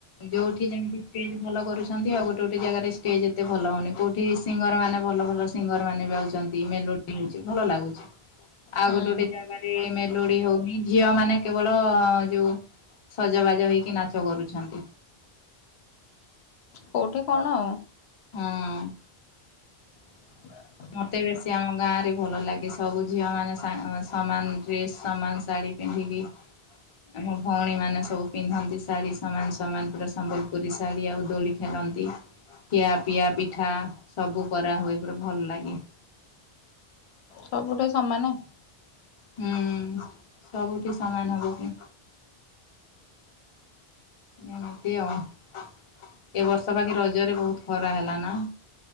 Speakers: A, on the left (about 35°); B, on the left (about 80°).
A: ଯୋଉଠି ଯେମିତି ଷ୍ଟେଜ୍ ଭଲ କରୁଛନ୍ତି ଆଉ ଗୋଟେ ଗୋଟେ ଜାଗାରେ ଷ୍ଟେଜ୍ ଏତେ ଭଲ ହଉନି କୋଉଠି ସିଙ୍ଗର ମାନେ ଭଲ ଭଲ ସିଙ୍ଗର ମାନେ ଗାଉଛନ୍ତି, ମେଲୋଡି ହଉଛି, ଭଲ ଲାଗୁଛି ଆଉ
B: ହୁଁ
A: ଗୋଟେ ଗୋଟେ ଜାଗାରେ ସେ ମେଲୋଡି ହଉନି ଝିଅ ମାନେ କେବଳ ଯୋଉ ସଜବାଜ ହେଇକି ନାଚ କରୁଛନ୍ତି।
B: କୋଉଠି କଣ?
A: ହଁ।
B: <unintelligible>
A: ମତେ ବେଶୀ ଆମ ଗାଁ ରେ ଭଲ ଲାଗେ ସବୁ ଝିଅ ମାନେ ସମା ସମାନ ଡ୍ରେସ, ସମାନ ଶାଢ଼ୀ ପିନ୍ଧିକି ଆମ ଭଉଣୀ ମାନେ ସବୁ ପିନ୍ଧନ୍ତି ଶାଢୀ ସମାନ ସମାନ ପୁରା ସମ୍ବଲ ପୁରୀ ସାଢୀ ଆଉ ଦୋଳି ଖେଲନ୍ତି, ଖିଆ ପିଆ ପିଠା ସବୁ କରାହୁଏ ପୁରା ଭଲ ଲାଗେ।
B: ସବୁଗୁଡା ସମାନେ?
A: ହୁଁ ସବୁଠି ସମାନ ହବ କି? ଏମିତି ଆଉ ଏ ବର୍ଷ ବାକି ରଜରେ ବହୁତ ଖରା ହେଲା ନା?